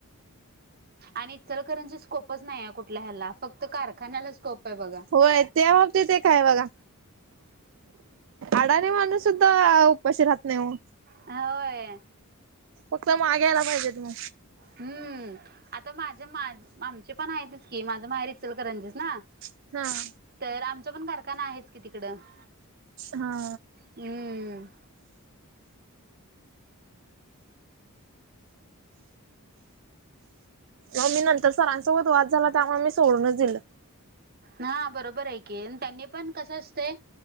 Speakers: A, on the right; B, on the right.
A: आणि इचलकरंजीस स्कोपच नाही आहे कुठल्या ह्याला फक्त कारखान्याला स्कोप आहे बघा
B: होय, त्या बाबती एक हाय बघा. अडाणी माणूस सुद्धा उपाशी राहत नाही ओ.
A: ह होय.
B: फक्त माग यायला पाहिजेत ना.
A: हम्म. आता माझ्या माझ आमची पण आहेतच की, माझ माहेर इचलकरंजी च ना?
B: हम्म.
A: तर आमचा पण कारखाना आहेच की तिकडं. <inaudible>
B: हा.
A: हम्
B: नाही मी नंतर सरांसोबत वाद झाला, त्यामुळं मी सोडूनच दिलं.
A: हा बरोबर हाय की त्यांनी पण कसं असतय?